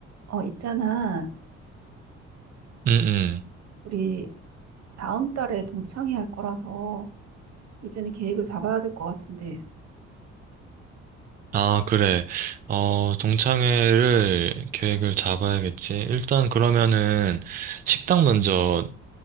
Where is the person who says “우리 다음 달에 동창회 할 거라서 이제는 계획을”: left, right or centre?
Right